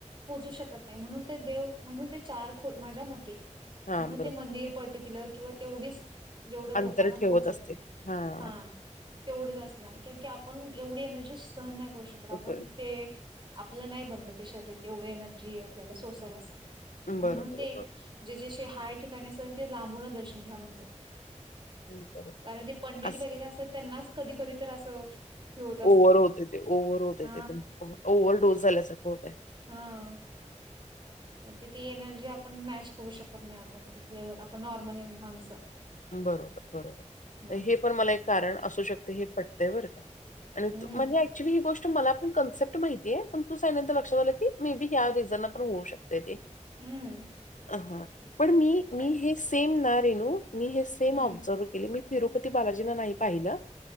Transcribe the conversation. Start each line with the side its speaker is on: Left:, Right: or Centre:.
Right: पोचुशकत नाही म्हणुन देव म्हणून चार माझ्या मते
Left: हां,
Right: म्हणून
Left: बरोबर.
Right: मंदिर. पटिक्यल किंवा तेवढी. जेवढं लोकांना
Left: अंतर ठेवत
Right: पोहोचेल
Left: असते. हां,
Right: हा तेवढच असणार क. आपण एवढी एनर्जीट सहन नाही करू शकत आपण
Left: बरं,
Right: ते आपलं नाही बनलं ते शरीर. तेवढे एनर्जी आपल्याला सोल अस म्हणून
Left: बरोबर,
Right: ते ज जे. हाय ठिकाणी अस ते लांबून दर्शन घ्या म्हणतात
Left: बरं, बरोबर.
Right: कारण ते पंडित
Left: असं
Right: वगैरे असतात त्यांनाच कधी कधी तर असं हे होत असते
Left: ओव्हर होत ते ओव्ह होत
Right: हा
Left: ते ओव्हर डोस झाल्यासारखं होतय
Right: हा मग त ती एनर्जी आपण मॅच करू शकत नाही आपण त लेव्हल आपण नॉर्मल माणसं
Left: बरोबर बरोबर
Right: हम्म
Left: हे पण मला एक कारण असू शकते हे पटत्यावरर आणि
Right: हम्म
Left: म्हणजे ऍक्च्युली ही गोष्ट. मलाण कन्सेप्ट माहितीे पण तूचनंतर लक्षात आलं की मे बी या रिझन पण होऊ शकते ते.
Right: हम्म
Left: ह हां पण मी
Right: न-
Left: मी हे सेम ना रेणू मी हे सेम
Right: हम्म
Left: ऑब्झर्व केले मी. तिरुपती बालाजीना नाही पाहिलं